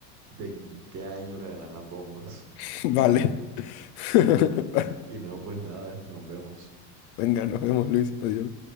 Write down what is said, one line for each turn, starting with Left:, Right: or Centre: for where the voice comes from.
Right: de en qué año caerán las bombas.
Left: <laughs> vale. <laughs>
Right: <laughs> Y no, pues nada, esto nos vemos.
Left: Venga, nos vemos, Luis. Adiós.